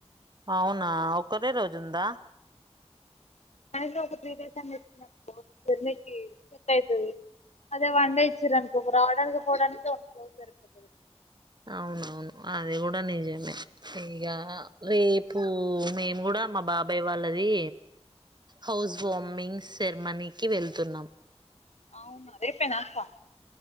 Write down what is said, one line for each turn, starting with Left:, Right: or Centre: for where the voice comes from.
Right: అవునా ఒకరే రోజు ఉందా.
Left: సాయంత్రం ఒక త్రీ డేస్ అన్ జేపిండనుకో జర్మీకి సెట్ అయితది. అదే వన్ డే ఇచ్చిరనుకో రావడానికి, పోవడాకే ఓండాలో జరిపోతాది.
Right: అవునవును అది కూడా నిజమే ఇగా రేపు మేమ్ గూడా కా మా బాబాయ్ వాళ్ళది. హౌస్ ఓమింగ్ సెర్మానిక్ వెళ్తున్నాం.
Left: అవునా రేపే నాక్కా